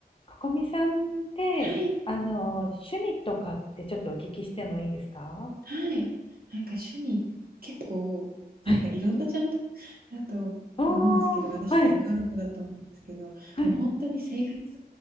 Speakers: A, on the left; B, on the right.
A: ここみさんって、
B: はい、
A: あの、趣味とかってちょっとお聞きしてもいいですか
B: はい。なんか趣味、結構、なんかいろんなジャンル
A: はい。
B: <laughs> だと思うんですけど、
A: おー、
B: 私結構ある方だと思うんですけど、
A: はい、はい。
B: もう本当に生活